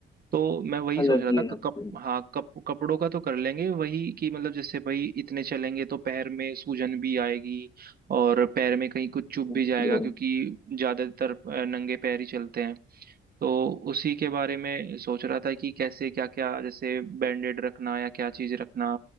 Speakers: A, on the right; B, on the left.
A: तो मैं वही
B: अलग
A: सोच रहा
B: ही
A: था
B: हो
A: क-
B: जाती
A: कप
B: है
A: हाँ कप कपड़ों का तो कर लेंगे वही कि मतलब जैसे भाई इतने चलेंगे तो पैर में सूजन भी आएगी और पैर में कहीं कुछ चुभ
B: बिल्कुल
A: भी जाएगा
B: भाई।
A: क्योंकि ज्यादातर अ, नंगे पैर ही चलते हैं तो उसी के बारे में सोच रहा था कि कैसे क्या क्या जैसे बैंडेड रखना या क्या चीज रखना